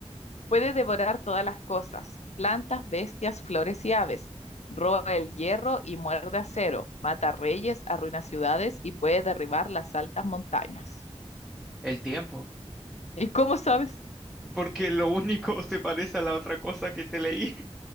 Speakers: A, on the left (about 80°); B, in the centre.
A: puede devorar todas las cosas, plantas, bestias, flores y aves. Roba el hierro y muerde acero, mata reyes, arruina ciudades y puede derribar las altas montañas.
B: el tiempo.
A: ¿Y cómo sabes?
B: Porque lo único <laughs> se parece a la otra cosa que te leí.